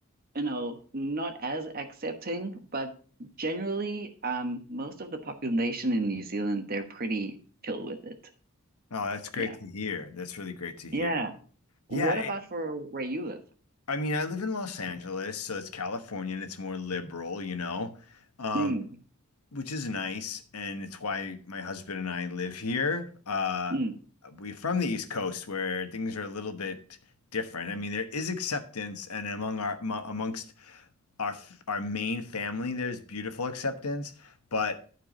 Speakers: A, on the right; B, on the left.
A: you know, not as accepting, but generally, um, most of the population in New Zealand, they're pretty chill with it.
B: Oh, that's great
A: Yeah.
B: to hear. That's really great to hear.
A: Yeah. What
B: Yeah, it,
A: about for where you live?
B: I mean, I live in Los Angeles, so it's California and it's more liberal, you know. Um,
A: Mm,
B: which is nice, and it's why my husband and I live here. Uh,
A: mm.
B: we're from the East Coast, where things are a little bit different. I mean, there is acceptance, and among our amongst our our main family, there's beautiful acceptance, but